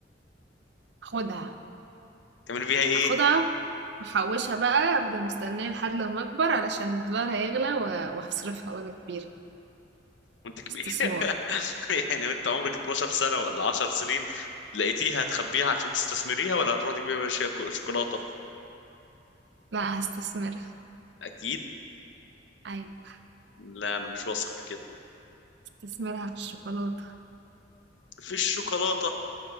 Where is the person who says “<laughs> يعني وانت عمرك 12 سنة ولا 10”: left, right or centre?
Left